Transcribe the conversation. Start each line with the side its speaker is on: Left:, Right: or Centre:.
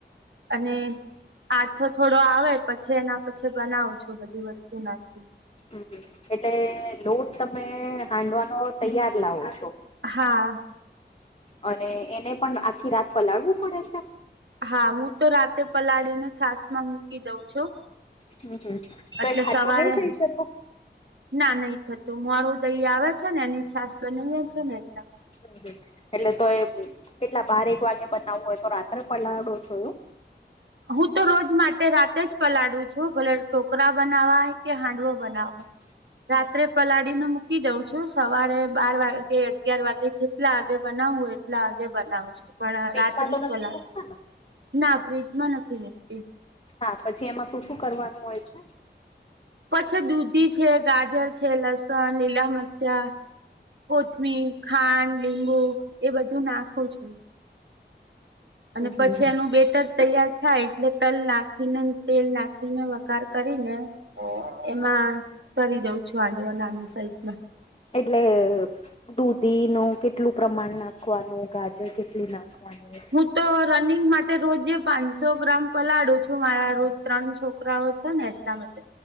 Right: અને આથો થોડો આવે, પછી એના પછી બનાવ છો, બધી વસ્તુ નાખી.
Left: હમ, એટલે લોટ તમે હાંડવાનો તૈયાર લાવો છો.
Right: હા.
Left: અને એને પણ આખી રાત પલાળવું પડે છે.
Right: હા, હું તો રાતે પલાળીને છાસ માં મૂકી દઉં છું.
Left: હમ હમ તો
Right: એટલે
Left: એ ખાતું
Right: સવારે
Left: નહી ખઈ શતું.
Right: ના નહી થતું મારું દહી આવે છે ને એની છાસ બનાવીએ છે ને એકદમ.
Left: હમમ એટલે તો એ કેટલા બારેક વાગે બનાવવું હોય તો રાત્રે પલાડો છયું.
Right: હું તો રોજ માટે રાતે જ પલાળું છું ભલે ટોકરા બનાવાય કે હાંડવો બનાવા.
Left: <inaudible>
Right: રાત્રે પલાળીને મૂકી દઉં. જો સવારે બાર વાગે અગિયાર વાગે જેટલા આગે બનાવ હોય એટલા આગે બનાવજો. પણ
Left: ફ્રીજમાં
Right: રાત્રિ
Left: તો
Right: જ
Left: નથી
Right: પલાવી,
Left: મુકતા ને
Right: ના ફ્રીજમાં નથી નીકતી.
Left: હા પછી એમાં શું શું કરવાનું હોય છે?
Right: પછી દૂધી છે ગાજર છે લસણ લીલા મરચાં. કોથમી ખાંડ લીંબુ એ બધું નાખું છું. અને
Left: હમ હમ
Right: પછી
Left: હમ
Right: એનું બેટર તૈયાર થાય એટલે તલ નાખીને તેલ નાખીને વગાર કરીને એમાં કરી દઉ છું આડેવા નાની સાઈડમાં.
Left: એટલે દૂધી ન કેટલું પ્રમાણ નાખવાનું ગાજર કેટલું નાખવાનું.
Right: હું તો રનિંગ માટે રોજ પાંચસો ગ્રામ પલાળો છું મારા રોજ ત્રણ છોકરા ને એટલા માટે,